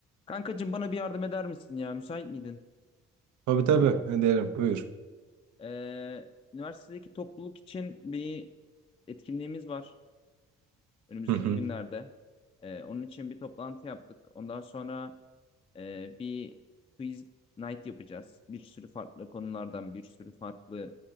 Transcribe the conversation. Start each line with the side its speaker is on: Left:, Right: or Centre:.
Left: Kankacığım bana bir yardım eder misin ya? Müsait miydin?
Right: Tabii tabii ederim. Buyur.
Left: Ee, üniversitedeki topluluk için bir etkinliğimiz var önümüzdeki
Right: Hı hı.
Left: günlerde. Ee, onun için bir toplantı yaptık. Ondan sonra e, bir quiz night yapacağız. Bir sürü farklı konulardan, bir sürü farklı